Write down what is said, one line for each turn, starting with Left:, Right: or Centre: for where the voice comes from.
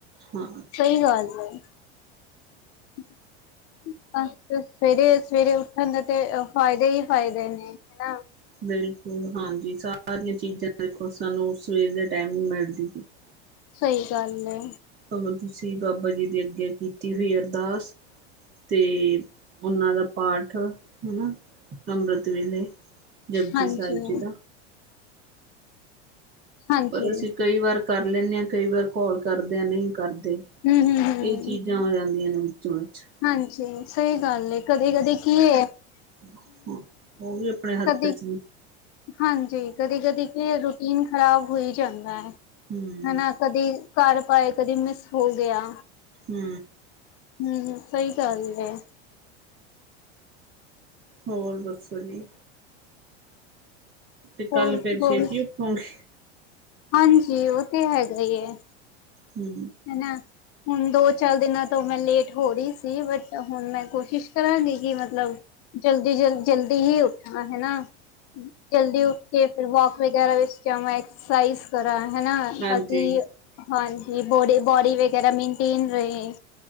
Right: ਹਾਂ
Left: ਸਈ ਗੱਲ ਐ। <inaudible> ਅ <unintelligible> ਸਵੇਰੇ-ਸਵੇਰੇ ਉੱਠਣ ਦੇ ਤੇ ਫਾਇਦੇ ਈ ਫਾਇਦੇ ਨੇ ਹਨਾ।
Right: ਬਿਲਕੁੱਲ ਹਾਂਜੀ, ਸਾਰੀਆਂ ਚੀਜ਼ਾਂ ਦੇਖੋ ਸਾਨੂੰ ਸਵੇਰ ਦੇ ਟਾਈਮ ਈ ਮਿਲਦੀ <unintelligible>
Left: ਸਈ ਗੱਲ ਏ।
Right: ਭਵਾਂ, ਤੁਸੀ ਬਾਬਾ ਜੀ ਦੀ ਅੱਗੇ ਕੀਤੀ ਹੋਈ ਅਰਦਾਸ ਤੇ ਓਨਾਂ ਦਾ ਪਾਠ ਹਨਾ ਅੰਮ੍ਰਿਤ ਵੇਲੇ ਜਪਜੀ
Left: ਹਾਂਜੀ
Right: ਸਾਇਬ ਜੀ ਦਾ।
Left: ਹਾਂਜੀ
Right: ਪਰ ਅਸੀ ਕਈ ਵਾਰ ਕਰ ਲੈਨੇ ਆ ਕਈ ਵਾਰ ਘੋਲ ਕਰਦੇ ਆ ਨਈ ਕਰਦੇ
Left: ਹਮ ਹਮ ਹਮ
Right: ਏ ਚੀ ਜਾਂ ਹੋ ਜਾਂਦੀਆਂ ਨੇ। ਚੋਚ।
Left: ਹਾਂਜੀ, ਸਈ ਗੱਲ ਐ ਕਦੇ-ਕਦੇ ਕੀ ਏ
Right: ਹ <unintelligible> ਓ ਵੀ ਆਪਣੇ ਹੱਥ
Left: ਕਦੇ
Right: ਚ
Left: ਹਾਂਜੀ, ਕਦੇ-ਕਦੇ ਕੀ ਐ ਰੂਟੀਨ ਖ਼ਰਾਬ ਹੋ ਈ ਜਾਂਦੈ।
Right: ਹੂੰ।
Left: ਹਨਾ, ਕਦੀ ਘਰ ਪਾਏ ਕਦੀ ਮਿਸ ਹੋ ਗਿਆ।
Right: ਹੂੰ
Left: ਹੂੰ ਸਹੀ ਗੱਲ ਏ।
Right: ਹੋਰ ਦੱਸੋ ਜੀ। ਤੇ ਕੱਲ
Left: ਹੋਰ
Right: ਫੇਰ ਛੇਤੀ
Left: ਹੋਰ
Right: ਉੱਠੋਗੇ।
Left: ਹਾਂਜੀ, ਉਹ ਤੇ ਹੈਗਾ ਈ ਹੈ।
Right: ਹੂੰ
Left: ਹਨਾ ਹੁਣ ਦੋ ਚਾਲ ਦਿਨਾਂ ਤੋਂ ਮੈਂ ਲੇਟ ਹੋ ਰਹੀ ਸੀ ਬਟ ਹੁਣ ਮੈਂ ਕੋਸ਼ਿਸ ਕਰਾਗੀ ਕਿ ਮਤਲਬ ਜਲਦੀ ਜਲਦ ਜਲਦੀ ਹੀ ਉੱਠਾ ਹਨਾ। ਜਲਦੀ ਉੱਠ ਕੇ ਫਿਰ ਵੋਕ ਵਗੈਰਾ ਵਿੱਚ ਜਾਵਾਂ, ਐਕਸਰਸਾਈਜ਼ ਕਰਾ ਹਨਾ,
Right: ਹਾਂਜੀ
Left: ਬਾਕੀ ਹਾਂਜੀ ਥੋਡੀ ਬੋਡੀ ਵਗੈਰਾ ਮੇਨਟੇਨ ਰਹੇ